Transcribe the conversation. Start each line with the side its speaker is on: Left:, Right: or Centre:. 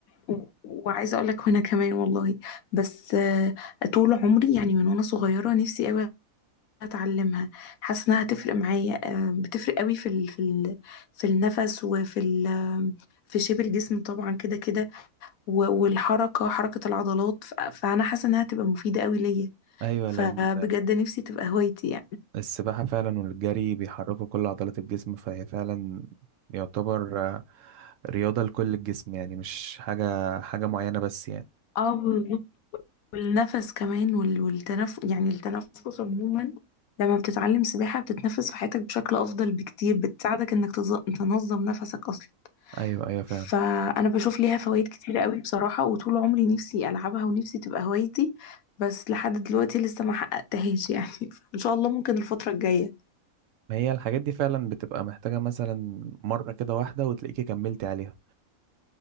Left: و- وعايزه اقول لك وانا كمان والله بس آه طول عمري يعني من وانا صغيره نفسي قوي اتعلمها حاسه انها هتفرق معايا آه بتفرق قوي في ال في ال في النفس وفي ال في شيب الجسم طبعا كده كده و- والحركه حركه العضلات ف- فانا حاسه انها هتبقى مفيده قوي ليا
Right: <laughs> ايوه
Left: فبجد
Right: لان
Left: نفسي تبقى هوايتي يعني
Right: السباحة فعلا والجري بيحركوا كل عضلات الجسم فهي فعلا يعتبر آه، رياضة لكل الجسم يعني مش حاجة حاجة معينة بس يعني
Left: اه والنفس كمان وال- والتنف يعني التنفس عموما لما بتتعلم سباحة بتتنفس في حياتك بشكل أفضل بكتير بتساعدك إنك تز- تنظم نفسك أصلا
Right: أيوة أيوة فعلا
Left: فأنا بشوف ليها فوائد كتيرة قوي بصراحة وطول عمري نفسي ألعبها ونفسي تبقى هوايتي بس لحد دلوقتي لسه ما حققتهاش يعني <laughs> إن شاء الله ممكن الفترة الجاية
Right: ما هي الحاجات دي فعلا بتبقى محتاجة مثلا مرة كده واحدة وتلاقيكي كملتي عليها